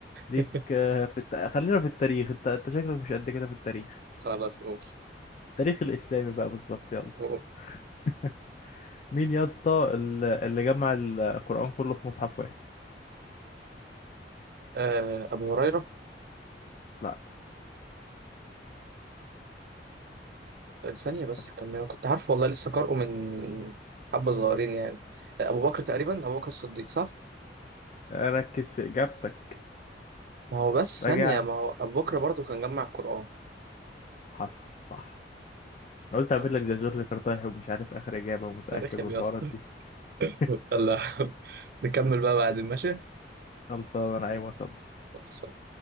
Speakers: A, on the left (about 40°); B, on the right (about 55°).
A: ليك
B: <laughs>
A: آه، في الت... خلينا في التاريخ انت انت شكلك مش قد كده في التاريخ
B: خلاص قول
A: التاريخ الاسلامي بقى بالظبط يلا
B: قول
A: <laughs> مين يا اسطى ال- اللي جمع القرآن كله في مصحف واحد
B: آه أبو هريرة
A: لا
B: آه، ثانية بس
A: طبعا
B: كمل أنا كنت عارفه والله لسه قارئه من من حبة صغيرين يعني آه، أبو بكر تقريبا أبو بكر الصديق صح؟
A: ركز في إجابتك
B: ما هو بس
A: راجع
B: ثانية ما هو أبو بكر برضه كان جمع القرآن
A: حصل صح انا قلت اعمل
B: اه
A: لك زي جورج كرتاحي ومش عارف اخر إجابة متأكد
B: تاريخ يا
A: والحوارات
B: اسطى
A: دي
B: <laughs>
A: <laughs>
B: يلا نكمل بقى بعدين ماشي
A: خلصان انا عايز اصلي
B: خلصان